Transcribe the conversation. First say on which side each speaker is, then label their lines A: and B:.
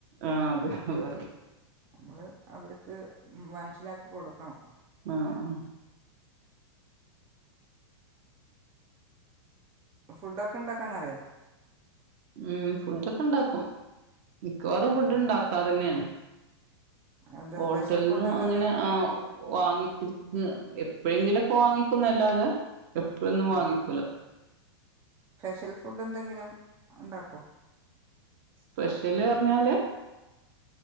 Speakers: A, on the right (about 40°); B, on the right (about 15°).
A: ആ അതെ പറയ്‌
B: നമ്മള് അവര്ക്ക് മൻസ്സിലാക്കി കൊടുക്കണം
A: ആഹ് ആ
B: ഫുഡ് ഒക്ക ഇണ്ടാക്കാന അറിയോ
A: ഉം ഫുഡക്ക ഇണ്ടാക്കും മിക്കവാറും
B: വീട്ടിൽനിന്ന്
A: ഫുഡ് ഇണ്ടാക്കാറന്നെണ്
B: എന്താ
A: ഹോട്ടൽന്ന്
B: സ്പെഷ്യൽ ഫുഡ് എന്തെങ്കിലും
A: അങ്ങനെ ആ വാങ്ങിക്ക എപ്പഴെങ്കിലോക്ക വാങ്ങിക്കുന്നല്ലാതെ എപ്പഴൊന്നും
B: ആ
A: വാങ്ങിക്കൂല
B: സ്പെഷ്യൽ ഫുഡ് എന്തെങ്കിലും ഇണ്ടാക്കോ
A: സ്പെഷ്യല് പർഞ്ഞാല്